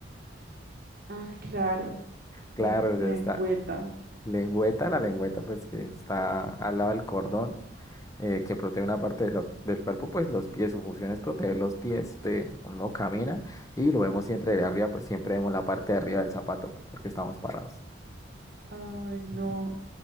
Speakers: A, on the right; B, on the left.
A: Ah, claro,
B: Claro,
A: mi
B: o
A: lengüeta.
B: sea, está lengüeta, la lengüeta pues que está al lado del cordón. eh, que protege una parte de los- del cuerpo, pues los pies, su función es proteger los pies de uno camina y lo vemos siempre de arriba, pues siempre vemos la parte de arriba del zapato porque estamos parados.
A: Ay, no.
B: <laughs>